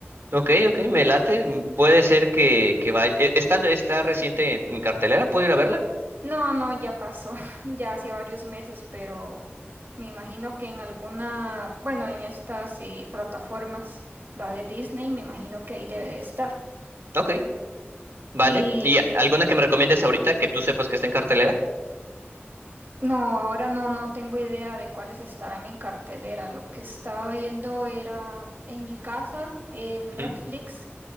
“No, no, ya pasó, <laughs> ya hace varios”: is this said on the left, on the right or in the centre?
Right